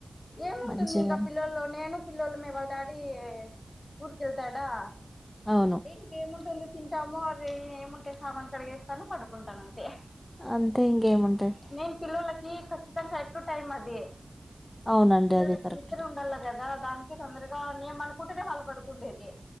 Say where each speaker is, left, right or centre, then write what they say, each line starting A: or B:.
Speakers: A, on the left (about 45°); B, on the left (about 30°).
A: ఏముంటుంది
B: మంచిదండి
A: ఇంకా పిల్లోలు నేను పిల్లోలమే వాళ్ళ డాడీ ఊరికెళ్తాడా
B: అవును
A: అంటి ఇంకేముంటుంది తింటాము అరీ ఏముంటే సామాన్లు కడిగేస్తాను పడుకుంటాను అంతే
B: అంతే ఇంగేముంటయ్
A: మేం పిల్లోలకి ఖచ్చితంగా కరెక్ట్ టైం అది
B: అవునండి.
A: పిల్లలకి
B: అది కరెక్ట్.
A: నిద్ర ఉండల్ల కదా దా దానికి తొందరగా నేన్ పనుకుంటేనే వాళ్ళుపడుకుండేది